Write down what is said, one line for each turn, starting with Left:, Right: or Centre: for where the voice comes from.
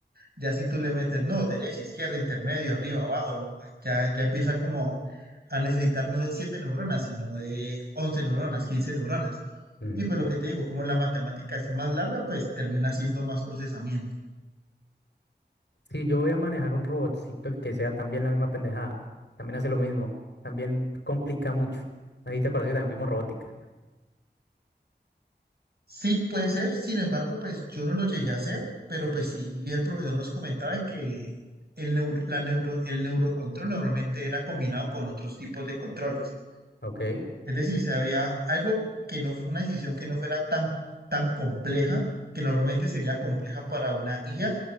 Right: Ya si tú le metes, no, derecha, izquierda, intermedio, arriba, abajo, pues ya, ya empieza como a necesitar no de siete neuronas, sino de 11 neuronas, 15 neuronas.
Left: ujú.
Right: Y pues lo que te digo, como la matemática es más larga, pues termina siendo más procesamiento.
Left: Si yo voy a manejar un robotcito, el que sea también la misma pendejada, también hace lo mismo, también complica mucho. Ahí te acuerdas que también vimos robótica.
Right: Sí puede ser, sin embargo, pues yo no lo llegué a hacer, pero pues sí el profesor nos comentaba que el, neu- la neuro, el neurocontrol normalmente era combinado con otros tipos de controles.
Left: Ok,
Right: Es decir, se había algo que no, una decisión que no fuera tan, tan compleja, que normalmente sería compleja para una IA,